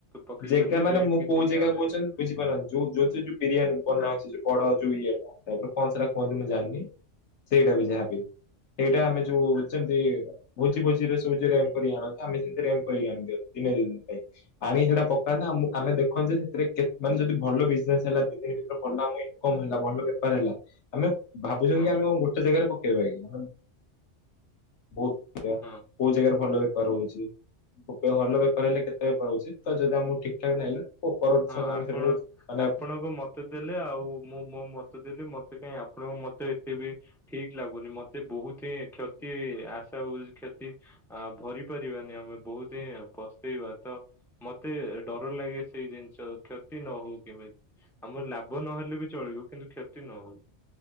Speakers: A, in the centre; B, on the left (about 70°).
A: ପକେଇ
B: ଯେଗା
A: ପାରିବେ
B: ମାନେ
A: ରେଣ୍ଟ
B: ମୁଁ
A: କିଛି
B: କୋଉ
A: ନିଆ
B: ଯେଗା
A: ହୁଏନି
B: କହୁଛନ୍ତି ବୁଝିପାରୁନାହାନ୍ତି ଯୋଉ ଯୋଉ ଯୋଉ ବିରିୟାନୀ ବନାଉଛି ଯୋଉ ବଡ ଯୋଉ ଇଆଟାଇପର କଣ ସେଟା କୁହନ୍ତି ମୁଁ ଜାଣିନି ସେଇଟା ବି ଯାହାବି ସେଇଟା ଆମେ ଯୋଉ ଯେମତି ଭୋଜି ଭୋଜିରେ ସବୁ ରେ କରି ଆଣନ୍ତି ଆମେ ସେମିତି ରେଣ କରିକି ଆଣି ଦିନେ ଦି ଦିନ ପାଇଁ ଅଣିକି ସେଟା କଣ ପାଇଁ ନା ଆମେ ଦେଖନ୍ତି ଯେ ସେଥିରେ ମାନେ ଯଦି ଭଲ ବିଜନେସ ହେଲା ଦି ଦିନି ଭିତରେ ଭଲ ଆମ ଇନକମ୍ ହେଲା ଭଲ ବେପାର ହେଲା ଆମେ ଭାବୁଛନ୍ତି
A: ହଁ
B: କି ଆମେ କଣ ଗୋଟେ ଜାଗାରେ ପକେଇବାକି ଆମେ ବହୁତ
A: ହଁ।
B: କୋଉ ଜାଗାରେ ଭଲ ବେପାର ହଉଛି ଭଲ ବେପାର ହେଲେ କେତେ ବେପାର ହଉଚି? ତ ଯଦି ଆମକୁ ଠିକ ଠାକ ଲାଗିଲା
A: ହଁ
B: ସମୟରେ ଆମେ
A: ଆପଣ
B: ସେଟାକୁ ମାନେ
A: ଆପଣଙ୍କ ମତ ଦେଲେ ଆଉ ମୁଁ ମୋ ମତ ଦେଲି ମତେ କାଇଁ ଆପଣଙ୍କୁ ମତେ ଏତେ ବି ଠିକ ଲାଗୁନି ମତେ ବହୁତ ହିଁ କ୍ଷତି ଆଶା ହଉଛି କ୍ଷତି ଆ ଭରି ପାରିବାନି ଆମେ ବହୁତ ହିଁ ପସ୍ତେଇବା ତ ମତେ ଡର ଲାଗେ ସେଇ ଜିନିଷ କ୍ଷତି ନ ହଉ କେମିତି ଆମର ଲାଭ ନହେଲେ ବି ଚଳିବ କିନ୍ତୁ କ୍ଷତି ନ ହଉ।